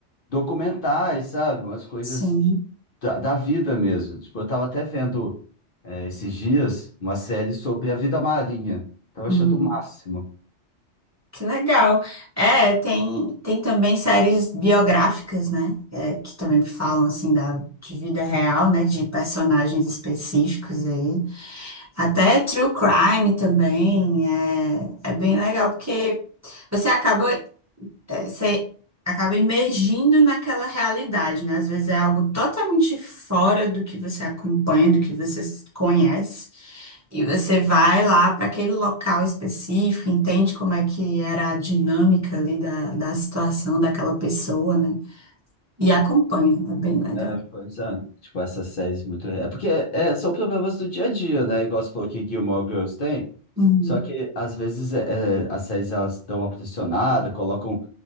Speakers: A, on the left (about 50°); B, on the right (about 15°).
A: documentais, sabe? Umas coisas
B: Sim.
A: da, da vida mesmo. Tipo, eu tava até vendo é, esses dias uma série sobre a vida marinha. Tava
B: Hum.
A: achando o máximo.
B: Que legal. É, tem, tem também séries biográficas, né? É, que também falam, assim, da, de vida real, né? De personagens específicos aí. Até True Crime também. É, é bem legal, porque você acaba é, você acaba imergindo naquela realidade, né? Às vezes é algo totalmente fora do que você acompanha, do que você s- conhece. E você vai lá para aquele local específico, entende como é que era a dinâmica ali da, da situação daquela pessoa, né? E acompanha, é bem legal.
A: É, pois é, tipo, essas séries muito. É porque é, são problemas do dia a dia, né? Igual você falou que Gilmore Girls tem.
B: Uhum.
A: Só que às vezes é, é, as séries elas dão uma pressionada, colocam